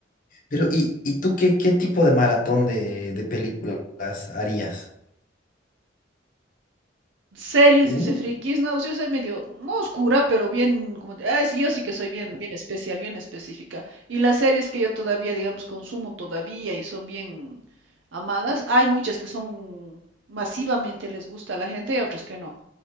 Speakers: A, on the left; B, on the right.
A: Pero, ¿y, y tú qué, qué tipo de maratón de, de películas harías?
B: series,
A: Uh,
B: dice frikis, no, pues yo soy medio no oscura, pero bien, como, te- ay, sí, yo sí que soy bien, bien especial, bien específica. Y las series que yo todavía, digamos, consumo todavía y son bien amadas, hay muchas que son masivamente les gusta a la gente y otras que no.